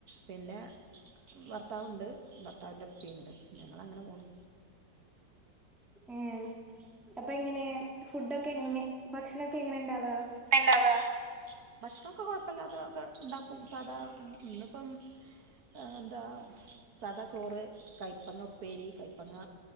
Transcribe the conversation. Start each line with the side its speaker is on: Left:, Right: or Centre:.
Right: പിന്നെ ഭർത്താവുണ്ട് ഭർത്താവിന്റെപ്പീണ്ട് ഞങ്ങള അങ്ങനെ പോണ്
Centre: ഏ അപ്പൊ എങ്ങനെ ഫുഡൊക്കെ എങ്ങനെ ഭക്ഷണൊക്കെ എങ്ങനെ ണ്ടാവാ
Right: ഇണ്ടാവാ ഭക്ഷണൊക്കെ കൊഴപ്പല്ലാത ഒക്കെ ണ്ടാക്കും സാധാ ഇന്നിപ്പം എന്താ സദാ ചോറ് കയ്പ്പങ്ങ ഉപ്പേരി കയ്പ്പങ്ങ